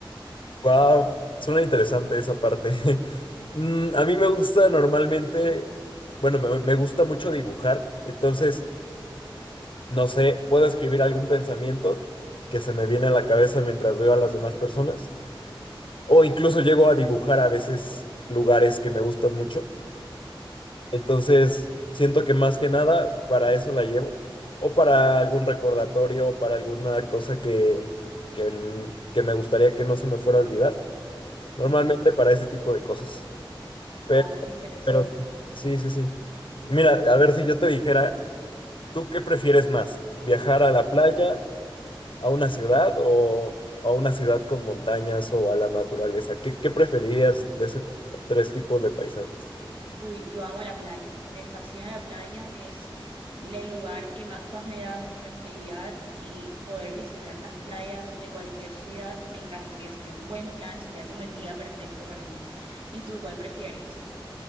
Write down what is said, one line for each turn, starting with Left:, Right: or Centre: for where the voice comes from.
Left: Wow, suena interesante esa parte. <laughs> Mm, A mí me gusta normalmente, bueno, me, me gusta mucho dibujar, entonces, no sé, puedo escribir algún pensamiento que se me viene a la cabeza mientras veo a las demás personas o incluso llego a dibujar a veces lugares que me gustan mucho. Entonces, siento que más que nada para eso la llevo, o para algún recordatorio, o para alguna cosa que, que, n- que me gustaría que no se me fuera a olvidar. Normalmente para ese tipo de cosas.
Right: Wow,
Left: Pero,
Right: interesante.
Left: pero sí, sí, sí. Mira, a ver si yo te dijera, ¿tú qué prefieres más? ¿Viajar a la playa, a una ciudad o a una ciudad con montañas o a la naturaleza? ¿Qué, qué preferirías de esos tres tipos de paisajes?
Right: Uy, yo amo la playa, me fascina la playa, es el lugar que más paz me da, más tranquilidad y poder visitar las playas de cualquier ciudad me encantaría, sería un buen plan, sería como el día perfecto para mí. ¿Y tú cuál prefieres?